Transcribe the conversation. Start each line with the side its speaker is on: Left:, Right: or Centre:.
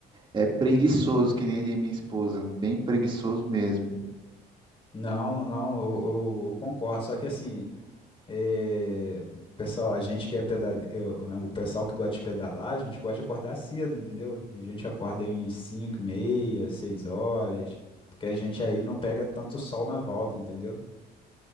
Right: é, preguiçoso, que nem de minha esposa, bem preguiçoso mesmo.
Left: Não, não, eu, eu- eu concordo. Só que assim, é, o pessoal, a gente que é pedal, o pessoal que gosta de pedalar, a gente gosta de acordar cedo, entendeu? A gente acorda em 5, meia, 6 horas, porque a gente aí não pega tanto sol na volta, entendeu?